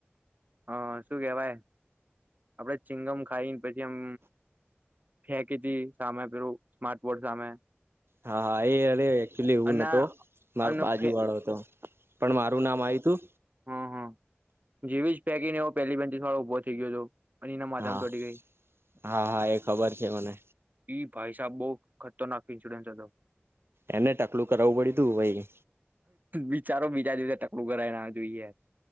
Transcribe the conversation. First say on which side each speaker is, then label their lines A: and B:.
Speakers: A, on the right; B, on the right.
A: હા, શું કેવાય આપડે ચિંગમ ખાઈને પછી આમ ફેંકી હતી સામે પેલું સ્માર્ટ બોર્ડ સામે
B: હા! હા! એ અરે, એકચુલી
A: અના
B: એવું નતો મારો
A: અનફે
B: બાજુ વાળો હતો! પણ મારું નામ આય તું?
A: હમ હા જેવી જ પેકીને એવ પેલી બેનથી <unintelligible> ઉભો થઈ ગયો હતો. અને એના માથામ
B: હા
A: તોડી ગઈ
B: હા હા એ ખબર છે મને
A: ઈ ભાઈ સાબ બહ <unintelligible> તો નાફઇન્સુરન્સ હતોો
B: એને ટકલું કરાવવું પડ્યું તું ભાઈ
A: વિચારો બીજા દિવસે ત થોડું કર ના જોઈએ